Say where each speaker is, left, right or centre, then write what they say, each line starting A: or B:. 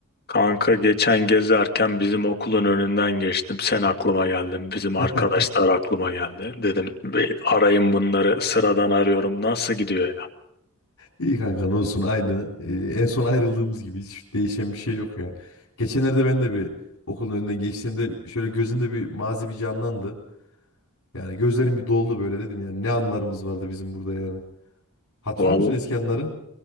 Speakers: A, on the left (about 45°); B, on the left (about 80°).
A: Kanka geçen gezerken bizim okulun önünden geçtim. Sen aklıma geldin. Bizim arkadaşlar
B: <laughs>
A: aklıma geldi. Dedim bir arayın bunları. Sıradan arıyorum. Nasıl gidiyor ya?
B: İyi kanka ne olsun aynı. Ee, en son ayrıldığımız gibi hiç değişen bir şey yok ya. Geçenlerde ben de bir okulun önünden geçtiğimde şöyle gözümde bir mazi bir canlandı. Yani gözlerim bir doldu böyle dedim yani ne anlarımız vardı bizim burada yani. Hatırlıyor
A: Vallahi
B: musun eski anları?